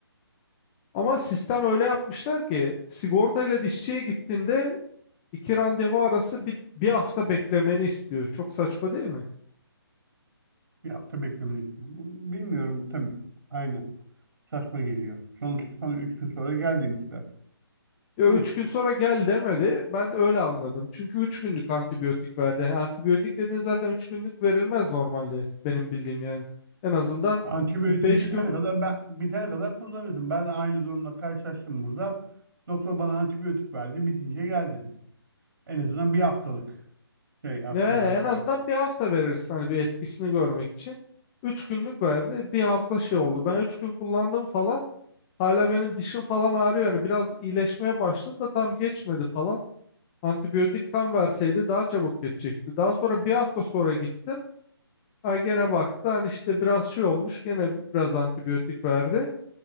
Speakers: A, on the left (about 20°); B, on the right (about 60°).
A: Ama sistem öyle yapmışlar ki sigortayla dişçiye gittiğinde iki randevu arası bir, bir hafta beklemeni istiyor. Çok saçma değil mi?
B: Bir hafta beklemeliyiz. Bilmiyorum tabii. Aynen. Saçma geliyor. Sonuçta sonra üç gün sonra gel demişler.
A: Ya
B: Değil
A: üç
B: mi?
A: gün sonra gel demedi. Ben öyle anladım. Çünkü üç günlük antibiyotik verdi. Yani Antibiyotik dediğin zaten üç günlük verilmez normalde benim bildiğim yani. En azından
B: Antibiyotik
A: bir beş
B: bitene
A: gün
B: kadar ben bitene kadar kullanıyorsun. Ben de aynı durumla karşılaştım burada. Doktor bana antibiyotik verdi, bitince gel dedi. En azından bir haftalık şey aslında
A: ne
B: antibiyotik.
A: en azından bir hafta verirsin hani bir etkisini görmek için. Üç günlük verdi. Bir hafta şey oldu. Ben üç gün kullandım falan. Hala benim dişim falan ağrıyor. Yani biraz iyileşmeye başladı da tam geçmedi falan. Antibiyotik tam verseydi daha çabuk geçecekti. Daha sonra bir hafta sonra gittim. Ha, gene baktı hani işte biraz şey olmuş gene biraz antibiyotik verdi.